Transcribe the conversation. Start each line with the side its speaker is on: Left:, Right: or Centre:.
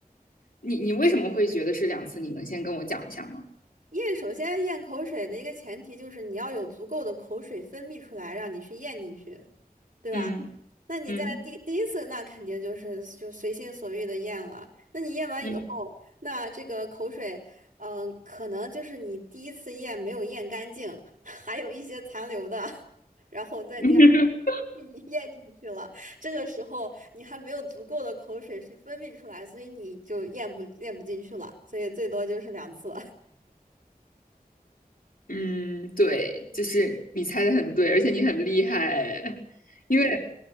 Left: 你你为什么会觉得是两次？你能先跟我讲一下吗？
Right: 因为首先咽口水的一个前提就是你要有足够的口水分泌出来，让你去咽进去。对吧？
Left: 嗯
Right: 那你在第第一次，
Left: 嗯
Right: 那肯定就是就随心所欲的咽了。那你咽完以后，
Left: 嗯
Right: 那这个口水，嗯、可能就是你第一次咽没有咽干净，<laughs> 还有一些残留的，然后在第二
Left: <laughs>
Right: 次你 <laughs> 咽进去了。这个时候你还没有足够的口水去分泌出来，所以你就咽不咽不进去了。所以最多就是两次，
Left: 嗯，对，就是你猜的很对，而且你很厉害，<laughs> 因为